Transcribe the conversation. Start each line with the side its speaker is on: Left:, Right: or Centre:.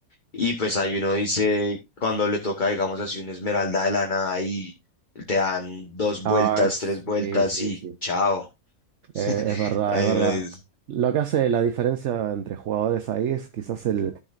Left: y pues ahí uno dice, cuando le toca, digamos así, una esmeralda de la nada, y te dan dos vueltas,
Right: Ah, sí,
Left: tres vueltas,
Right: sí,
Left: y
Right: sí.
Left: chao. <laughs>
Right: Eh, es verdad,
Left: Ay,
Right: es verdad.
Left: no,
Right: Lo que hace la diferencia entre jugadores ahí es quizás el